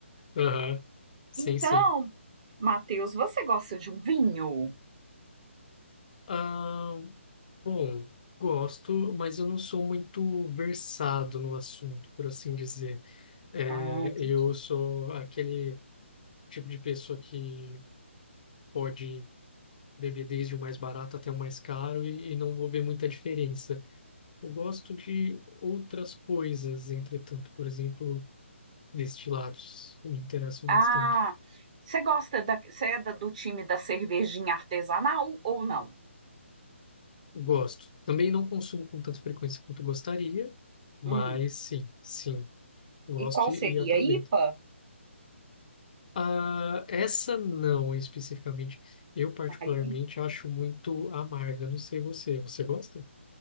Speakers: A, on the left; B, on the right.
A: Aham. Sim,
B: Então,
A: sim.
B: Matheus, você gosta de um vinho?
A: Ah, bom, gosto, mas eu não sou muito versado no assunto, por assim dizer. É,
B: Ah, entendi.
A: eu sou aquele tipo de pessoa que pode beber desde o mais barato até o mais caro e, e não vou ver muita diferença. Eu gosto de outras coisas, entretanto, por exemplo. destilados me interessam
B: Ah,
A: bastante.
B: você gosta da, você é da- do time da cervejinha artesanal ou não?
A: Gosto. Também não consumo com tanta frequência quanto gostaria, mas
B: Hum.
A: sim, sim, gosto
B: E qual
A: e
B: seria?
A: e aproveito.
B: IPA?
A: Ah, essa não especificamente. Eu particularmente
B: Ah, IPA?
A: acho muito amarga. Não sei você. Você gosta?